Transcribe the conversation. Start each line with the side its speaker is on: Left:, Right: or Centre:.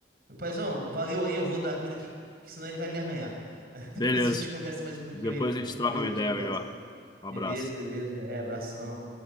Right: Meu paizão, valeu aí, eu vou dar comida aqui, que senão ele vai me arranhar. <laughs>
Left: Beleza.
Right: Depois a gente conversa mais um pouquinho
Left: Depois
Right: aí, paizão.
Left: a gente
Right: Depois
Left: troca uma
Right: a gente
Left: ideia
Right: conversa.
Left: melhor. Um
Right: Beleza,
Left: abraço.
Right: beleza, já é, abração.